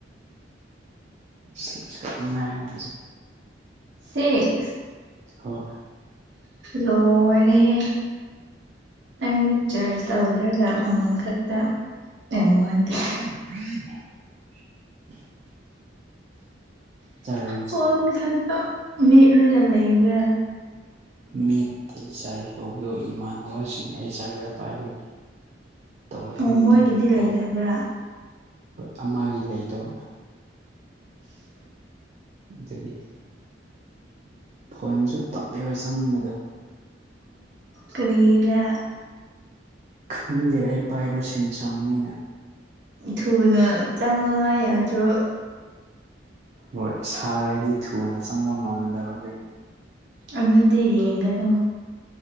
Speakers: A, on the right; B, on the right.
A: ꯁꯤꯛꯁ ꯈꯛꯇ ꯉꯥꯏꯔꯦ ꯍꯧꯖꯤꯛ
B: ꯁꯤꯛꯁ
A: ꯍꯣꯏ
B: ꯂꯣꯏꯔꯦꯍꯦ ꯅꯪꯗꯤ ꯆꯔꯁ ꯇꯧꯗ꯭ꯔꯒ ꯃꯣꯟ ꯈꯛꯇ ꯑꯦꯃꯣꯟꯗꯦ
A: <unintelligible> ꯆꯥꯔꯖ
B: ꯐꯣꯟ ꯈꯛꯇ ꯃꯦꯠꯂꯒ ꯂꯩꯕ꯭ꯔꯥ
A: ꯃꯦꯠꯇꯦ ꯆꯔꯖ ꯇꯧꯕꯗꯣ ꯏꯃꯥꯟꯅꯕꯁꯤꯡ ꯑꯩ ꯆꯥꯔꯖꯔ ꯄꯥꯏꯕꯒꯤ ꯇꯧꯗꯕꯒꯤꯅꯤꯗ
B: ꯑꯣ ꯃꯣꯏꯒꯤꯗꯤ ꯂꯩꯗꯕ꯭ꯔꯥ
A: ꯑꯣ ꯍꯣꯏ ꯑꯃꯒꯤ ꯂꯩꯇꯕ ꯗꯨꯒꯤ ꯐꯣꯟꯁꯨ ꯇꯞꯄꯦꯕ ꯆꯪꯕꯗꯣ
B: ꯀꯔꯤꯒꯤꯅꯥ
A: ꯈꯪꯗꯦ ꯑꯩ ꯄꯥꯏꯕ ꯁꯦꯝꯁꯪꯅꯤꯅ
B: ꯊꯨꯅ ꯆꯪꯉꯣ ꯍꯥꯏ ꯌꯥꯗ꯭ꯔꯣ
A: ꯍꯣꯏ ꯁꯥꯔꯗꯤ ꯊꯨꯅ ꯆꯪꯕ ꯉꯝꯗꯕ ꯗꯨꯒꯤ
B: ꯑꯗꯨꯗꯤ ꯌꯦꯡꯒꯅꯣ